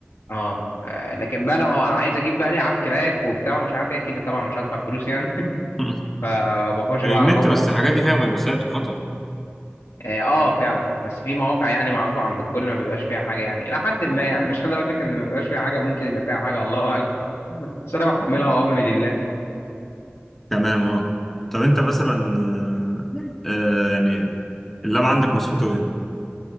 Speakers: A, on the left; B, in the centre.
A: اه آه، لكن بقى لو هو عايز اجيب بقى لعب كراك وبتاع ومش عارف ايه كده طبعا مش هدفع فلوس يعني
B: <laughs>
A: <laughs> فبخش
B: من
A: بقى
B: النت
A: على موقع
B: بس الحاجات دي فيها فيروسات وخطر
A: اه آه، فعلا بس في مواقع يعني معروفه عند الكل ما بيبقاش فيها حاجه يعني الى حد ما يعني مش هقدر اقول لك ان ما بيبقاش فيها حاجه ممكن يبقى فيها حاجه الله اعلم <laughs> بس انا بحملها وامري لله
B: تمام اه طب انت مثلا آه آه، يعني اللاب عندك مواصفاته ايه